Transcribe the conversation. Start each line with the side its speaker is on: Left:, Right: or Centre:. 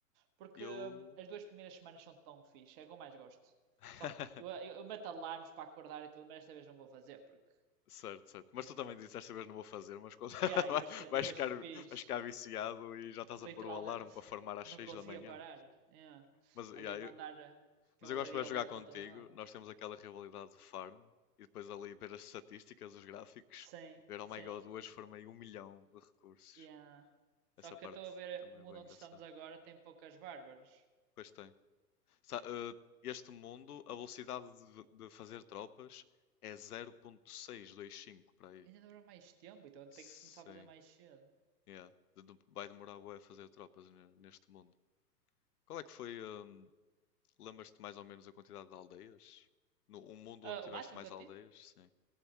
Right: Porque
Left: Eu.
Right: hum, as duas primeiras semanas são tão fixe, é o que eu mais gosto.
Left: <laughs>
Right: Só que eu, eu, eu meto alarmes para acordar e tudo, mas esta vez não vou fazer, porque.
Left: Certo, certo. Mas tu também disseste desta vez não vou fazer, mas quando <laughs>
Right: Yeah,
Left: vai-
Right: e depois, fa- e
Left: vais
Right: depois
Left: ficar, vais
Right: fiz,
Left: ficar viciado e já estás
Right: literalmente,
Left: a pôr o alarme para farmar às
Right: não
Left: 6
Right: conseguia
Left: da manhã.
Right: parar. Yeah.
Left: Mas, yeah,
Right: Ali a mandar
Left: eu,
Right: a cavalaria
Left: mas eu gosto de
Right: leve
Left: jogar contigo.
Right: para todo lado.
Left: Nós temos aquela rivalidade do farm e depois ali ver as estatísticas, os gráficos,
Right: Sim,
Left: ver, oh
Right: sim.
Left: my god, hoje farmei um milhão de recursos.
Right: Yeah.
Left: Essa
Right: Só que
Left: parte
Right: eu estou a ver
Left: também
Right: o mundo
Left: é bem
Right: onde
Left: engraçada.
Right: estamos agora tem poucas bárbaras.
Left: Pois tem. Sa- eh, este mundo, a velocidade de, de fazer tropas é 0.625 para aí.
Right: Ainda demora mais tempo, então
Left: Sim.
Right: tem que se começar a fazer mais cedo.
Left: Yeah. De- de- vai demorar bué a fazer tropas ne- neste mundo. Qual é que foi, hum, lembras-te mais ou menos a quantidade de aldeias? No, um mundo
Right: Ah,
Left: onde tiveste
Right: o máximo
Left: mais
Right: que eu
Left: aldeias?
Right: tive
Left: Sim.